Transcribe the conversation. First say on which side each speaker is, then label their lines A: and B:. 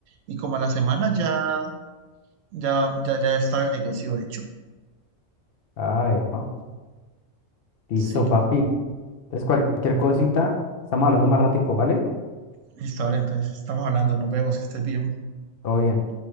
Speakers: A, on the right; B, on the left.
A: y como a la semana ya, ya, ya, ya estaba el negocio hecho.
B: Ah, epa. Listo,
A: Sí,
B: papi. Entonces, cualquier cosita, estamos hablando más ratico, ¿vale?
A: listo, vale, entonces estamos hablando, nos vemos, que estés bien.
B: Todo bien.